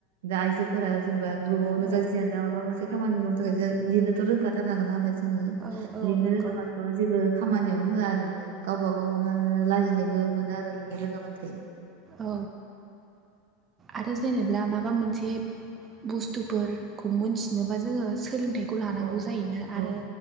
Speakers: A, on the right; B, on the right.
A: दा आइजोफोरा जेनेबा ग्रुपावनो
B: औ
A: जाया माबा मोनसे खामानि मावनो थाखाय जों लिरनोथ' रोंखाथारनागोन नालाय जों जो
B: औ औ
A: लिरनो
B: नंगौ
A: रोङाबाथ' जेबो खामानियावनो होआ आरो गावबा गावनो आरो लाजिनायबो मोनो आरो लिंनो रोङाबाथाय
B: औ आरो जेनेबा माबा माबा मोनसे बुस्थुफोरखौ मोनथिनोबा जोङो सोलोंथाइखौ लानांगौ
A: औ
B: जायोनो
A: औ
B: आरो